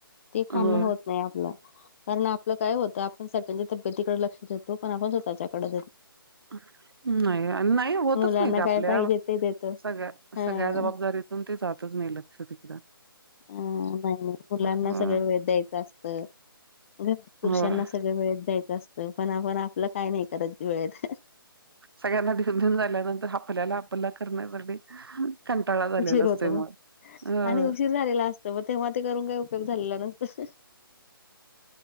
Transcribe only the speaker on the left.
ती खाणं
होत नाही आपल कारण आपलं काय होत आपण त्यांच्या तब्येतीकडे लक्षात देतो पण आपण स्वतःच्याकडे
मुलांना
काय पाहिजे ते देतो.
हां,
अ <unintelligible> मुलांना
सगळं वेळत द्यायचं असतं. घरी पुरुषांना
सगळं वेळेत द्याच असतं पण आपण आपलं काय नाही करत वेळेत.
उशीर
होतो
आणि उशीर झालेला असतो, मग तेव्हा ते करून काही उपयोग झालेला नसतो.